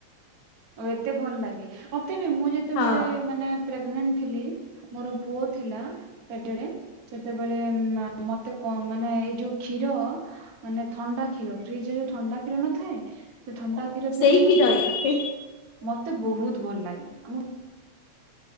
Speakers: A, on the right (about 65°); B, on the left (about 75°).
A: ଆଉ ଏତେ ଭଲ ଲାଗେ ମ େ ମୁଁ ଯେତେବେଳେ
B: ହଁ।
A: ମାନେ ପ୍ରେଗନଣ୍ଟ ଥିଲି ମୋର ପୁଅ ଥିଲା ପେଟରେ ସେତେବେଳେ ମତେ ମାନେ ଏଇ ଯୋଉ କ୍ଷୀର ମାନେ ଥଣ୍ଡା କ୍ଷୀର ଫ୍ରିଜରେ ଯୋଉ ଥଣ୍ଡା କ୍ଷୀର ନଥାଏ ସେ ଥଣ୍ଡା କ୍ଷୀର ପିଇବା
B: ସେଇ
A: ପାଇଁ
B: କ୍ଷୀର
A: ମତେ
B: ହିଁ
A: ମତେ ବହୁତ ଭଲ ଲାଗେ ଆଉ ମୁଁ